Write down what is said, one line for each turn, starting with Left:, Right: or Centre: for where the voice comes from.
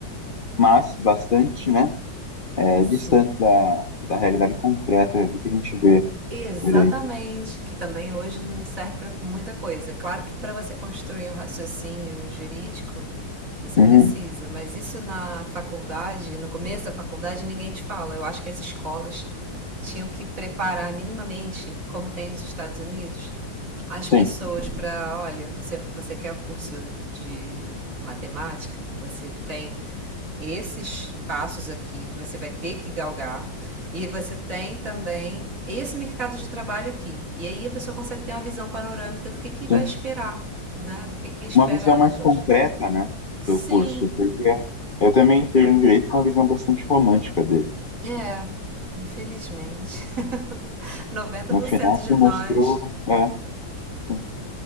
Left: Mas bastante, né? É,
Right: Sim.
Left: distante da, da realidade concreta do que a gente vê
Right: Exatamente,
Left: direito.
Right: que também hoje não serve para muita coisa. Claro que para você construir um raciocínio jurídico, você
Left: Uhum,
Right: precisa, mas isso na faculdade, no começo da faculdade, ninguém te fala. Eu acho que as escolas tinham que preparar minimamente, como tem nos Estados Unidos, as pessoas
Left: Sim,
Right: para, olha, você, você quer o curso de matemática? Você tem esses passos aqui que você vai ter que galgar. E você tem também esse mercado de trabalho aqui. E aí a pessoa consegue ter uma visão panorâmica do que, que vai
Left: sim.
Right: esperar, né? Do que, que espera
Left: uma visão
Right: ela
Left: mais
Right: pelos.
Left: concreta, né,
Right: Sim,
Left: do curso, porque eu também entrei no direito com uma visão bastante romântica dele.
Right: é. Infelizmente, <laughs> noventa
Left: No
Right: por cento
Left: final
Right: de
Left: se
Right: nós
Left: mostrou, é, sim.